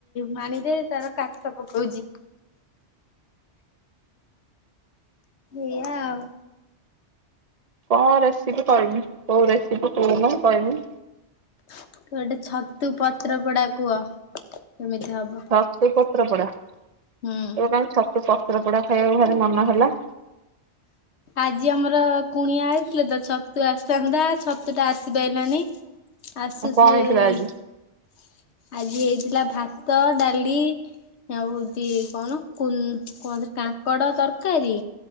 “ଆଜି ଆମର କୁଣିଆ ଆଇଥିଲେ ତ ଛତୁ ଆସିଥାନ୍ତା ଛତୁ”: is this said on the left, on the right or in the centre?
Left